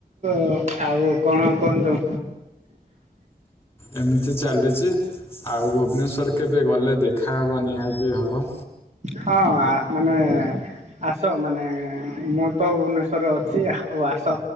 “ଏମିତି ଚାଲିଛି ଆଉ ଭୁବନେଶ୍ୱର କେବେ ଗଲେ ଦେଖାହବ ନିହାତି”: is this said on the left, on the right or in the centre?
Left